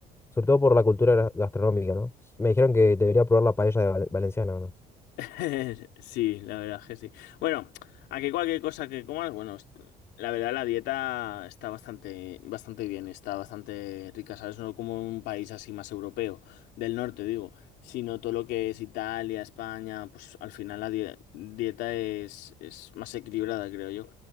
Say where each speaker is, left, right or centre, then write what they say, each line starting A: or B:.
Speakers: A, on the left; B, on the left.
A: sobre todo por la cultura gra- gastronómica, ¿no? Me dijeron que debería probar la paella de Val- valenciana, ¿o ¿no?
B: <laughs> Sí, la verdad es que sí. Bueno, a que cualquier cosa que comas, bueno, es- la verdad la dieta está bastante, bastante bien, está bastante rica, ¿sabes? No como un país así más europeo, del norte digo, sino todo lo que es Italia, España, pues al final la die- dieta es, es más equilibrada, creo yo.